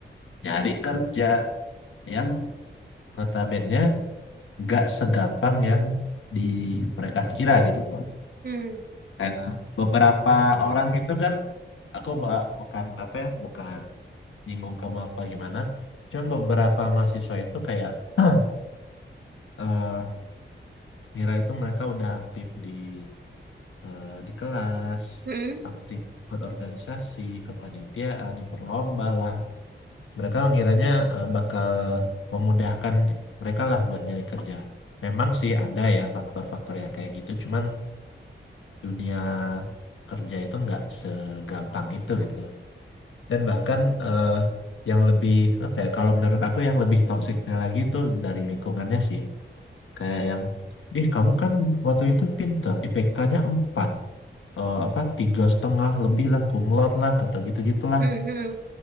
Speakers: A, on the left (about 85°); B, on the right (about 50°).
A: nyari kerja yang notabene nggak segampang yang di mereka kira gitu loh.
B: Hmm,
A: Kayak beberapa orang gitu kan, aku nggak- bukan apa ya, bukan nyinggung kamu apa gimana, cuman beberapa mahasiswa itu kayak <clears throat> eh ngira itu mereka udah aktif di eh, di kelas,
B: hmm,
A: aktif ikut organisasi, kepanitiaan, ikut lomba lah. Mereka mengiranya eh, bakal memudahkan mereka lah buat nyari kerja. Memang sih ada ya faktor-faktor yang kayak gitu, cuman dunia kerja itu nggak segampang itu gitu loh. Dan bahkan eh, yang lebih apa ya? Kalau menurut aku yang lebih toksiknya lagi itu dari lingkungannya sih, kayak yang Ih, kamu kan waktu itu pinter, IPK-nya 4 eh, apa tiga setengah lebih lah cum lah atau gitu gitulah
B: hmm, hmm.